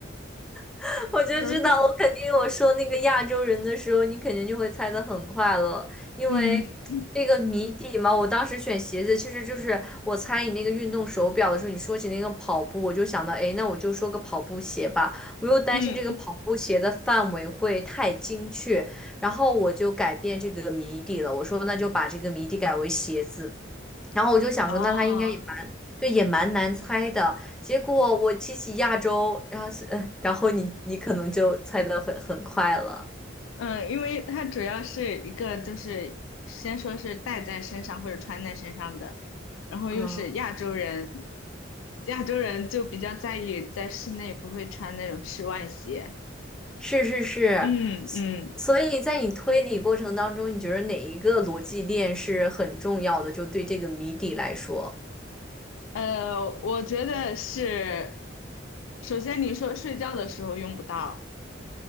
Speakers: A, in the centre; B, on the left.
A: <laughs> 我就知道，
B: <laughs>
A: 我肯定我说那个亚洲人的时候，你肯定就会猜得很快了，因为这个谜底嘛。
B: 嗯
A: 我当时选鞋子，其实就是我猜你那个运动手表的时候，你说起那个跑步，我就想到，哎，那我就说个跑步鞋吧。我又担心这个跑步鞋的范围会太精确，
B: 嗯，嗯，
A: 然后我就改变这个谜底了。我说那就把这个谜底改为鞋子。然后我就想说，
B: 哦，
A: 那他应该也蛮，对，也蛮难猜的。结果我提起亚洲，然后是，<laughs> 呃，然后你你可能就猜的会很快了。
B: 嗯，因为它主要是一个就是先说是戴在身上或者穿在身上的，然后又是亚洲人，
A: 嗯，
B: 亚洲人就比较在意在室内不会穿那种室外鞋。
A: 是是是，
B: 嗯嗯。
A: 所所以在你推理过程当中，你觉得哪一个逻辑链是很重要的？就对这个谜底来说，
B: 呃，我觉得是，首先你说睡觉的时候用不到，